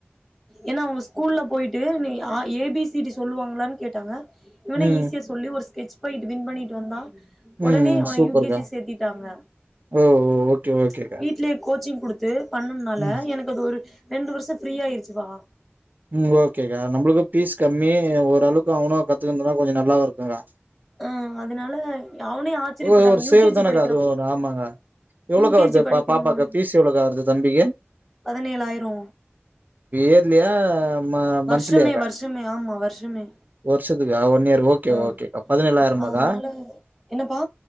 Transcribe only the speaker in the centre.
ஏன்னா அவுங்க ஸ்கூல்ல போயிட்டு நீ அ ஏபிசிடி சொல்லுவாங்களானு கேட்டாங்க இவனே
ஈசி ஒரு ஸ்கெச் பாக்கெட் வின் பண்ணிட்டு வந்தா
ஒடனே அவன
யூ கே ஜி சேர்த்திட்டாங்க
ச்ச் வீட்லயே கோச்சிங் குடுத்து பண்ணண்னால
எனக்கு அது ஒரு ரெண்டு வர்ஷோ ஃப்ரீயா ஆயிருச்சுப்பா
ஆ அதனால அவனே ஆச்சரியப்பட்டாங்க
யூ
கே ஜி
படிக்கிற
யூ கே
ஜி படிக்கிறவங்கள
பதினேழாயிரோ
வருஷமே
வருஷமே ஆமா வருஷமே
ஆ
அதனால என்னப்பா